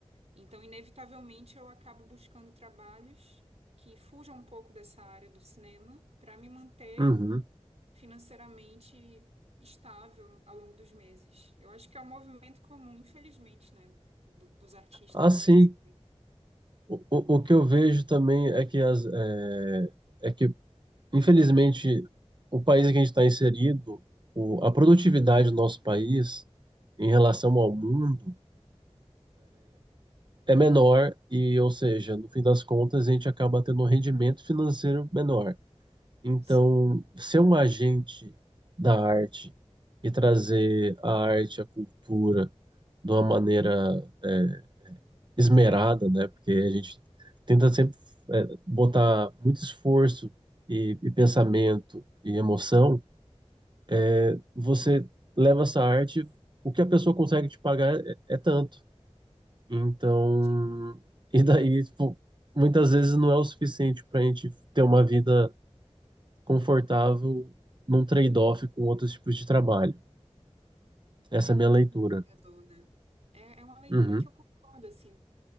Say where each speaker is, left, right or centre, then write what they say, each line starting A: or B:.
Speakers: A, on the right; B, on the right.
A: Então, inevitavelmente, eu acabo buscando trabalhos que fujam um pouco dessa área do cinema para me manter
B: Uhum.
A: financeiramente estável ao longo dos meses. Eu acho que é um movimento comum, infelizmente, né, do- dos artistas
B: Assim,
A: no Brasil.
B: o, o o que eu vejo também é que, as, é, é que, infelizmente, o país em que a gente está inserido, o, a produtividade do nosso país em relação ao mundo é menor e, ou seja, no fim das contas, a gente acaba tendo um rendimento financeiro menor. Então,
A: Sim,
B: ser um agente da arte e trazer a arte, a cultura de uma maneira é, esmerada, né? Porque a gente tenta sempre é, botar muito esforço e, e pensamento e emoção. é, Você leva essa arte, o que a pessoa consegue te pagar é é tanto. Então,
A: sim.
B: e daí, tipo, muitas vezes não é o suficiente para a gente ter uma vida confortável num trade-off com outros tipos de trabalho.
A: É
B: Essa
A: muito
B: é a minha leitura.
A: desafiador, né? É, é uma leitura
B: Uhum,
A: que eu concordo, assim.